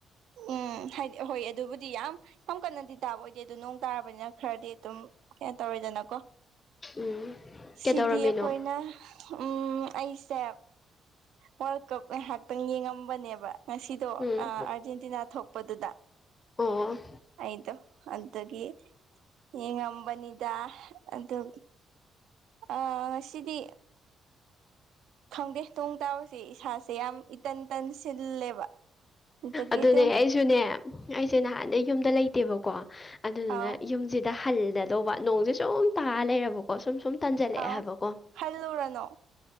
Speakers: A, on the right; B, on the left.
A: ꯎꯝ ꯍꯥꯏꯗꯤ ꯍꯣꯏ ꯑꯗꯨꯕꯨꯗꯤ ꯌꯥꯝ ꯌꯥꯝ ꯀꯟꯅꯗꯤ ꯇꯥꯕ ꯑꯣꯏꯗꯦ ꯑꯗꯨꯣ ꯅꯣꯡ ꯇꯥꯔꯕꯅꯤꯅ ꯈꯔꯗꯤ ꯑꯗꯨꯝ ꯀ ꯇꯧꯔꯣꯏꯗꯅꯀꯣ
B: ꯎꯝ ꯀꯩꯗꯧꯔꯝꯃꯤꯅꯣ
A: ꯁꯤꯗꯤ ꯑꯩꯈꯣꯏꯅ ꯎꯝ ꯑꯩꯁꯦ ꯋꯥꯔꯜ ꯀꯞ ꯉꯥꯏꯍꯥꯛꯇꯪ ꯌꯦꯡꯉꯝꯕꯅꯦꯕ ꯉꯁꯤꯗꯣ
B: ꯎꯝ
A: ꯑꯥꯔꯖꯦꯟꯇꯤꯅꯥ ꯊꯣꯛꯄꯗꯨꯗ
B: ꯑꯣ
A: ꯑꯩꯗꯣ ꯑꯗꯒꯤ ꯌꯦꯡꯉꯝꯕꯅꯤꯗ ꯑꯗꯨ ꯑ ꯉꯁꯤꯗꯤ ꯈꯪꯗꯦ ꯅꯣꯡ ꯇꯥꯕꯁꯦ ꯏꯁꯥꯁꯦ ꯌꯥꯝ ꯏꯇꯟ ꯇꯟ ꯁꯤꯜꯂꯦꯕ ꯑꯗꯨꯗꯒꯤ
B: ꯑꯗꯨꯅꯦ
A: ꯑꯗꯨꯝ
B: ꯑꯩꯁꯨꯅꯦ ꯑꯩꯁꯦ ꯅꯍꯥꯟꯗꯩ ꯌꯨꯝꯗ ꯂꯩꯇꯦꯕꯀꯣ ꯑꯗꯨꯗꯨꯅ
A: ꯑꯥꯎ
B: ꯌꯨꯝꯁꯤꯗ ꯍꯜꯂꯗꯧꯕ ꯅꯣꯡꯁꯦ ꯁꯨꯝ ꯇꯥꯔ ꯂꯩꯔꯕꯀꯣ ꯀꯣ ꯁꯨꯝ ꯁꯨꯝ ꯇꯥꯟꯖꯜꯂꯛꯑꯦ
A: ꯑꯥꯎ
B: ꯍꯥꯏꯕꯀꯣ
A: ꯍꯜꯂꯨꯔꯅꯣ